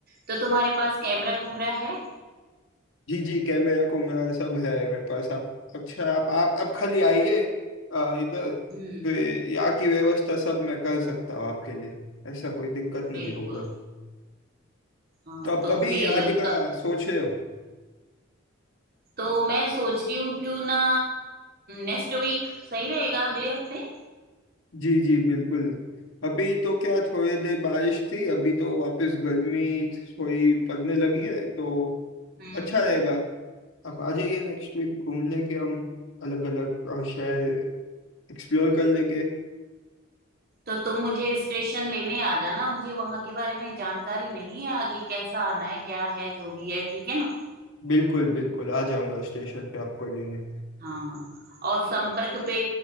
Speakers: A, on the right; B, on the left.
A: तो तुम्हारे पास कैमरा कुमरा है
B: जी जी कैमरा को मेरा सब है मेरे पास आप अच्छा आप आप आप खाली आइए अ, इधर
A: हम्म
B: फिर यहाँ की व्यवस्था सब मैं कर सकता हूँ आपके लिए ऐसा कोई दिक्कत नहीं
A: बिल्कुल
B: होगा
A: हाँ
B: तो आप
A: तो
B: कभी
A: फिर
B: आने का
A: क-
B: सोच रहे हो
A: तो मैं सोच रही हूँ क्यों ना नेक्स्ट वीक सही रहेगा अगले हफ्ते
B: जी जी बिल्कुल अभी तो क्या थोड़ी देर बारिश थी अभी तो वापस गर्मी थोड़ी पड़ने लगी है तो
A: हम्म
B: अच्छा रहेगा आप आ जाइए नेक्स्ट वीक घूम लेंगे हम अलग अलग शहर एक्सप्लोर कर लेंगे
A: तो तुम मुझे स्टेशन लेने आ जाना मुझे वहां के बारे में जानकारी नहीं है आगे कैसा आना है क्या है जो भी है ठीक है ना
B: बिल्कुल बिल्कुल आ जाऊंगा स्टेशन पे आपको लेने
A: हाँ और संपर्क पे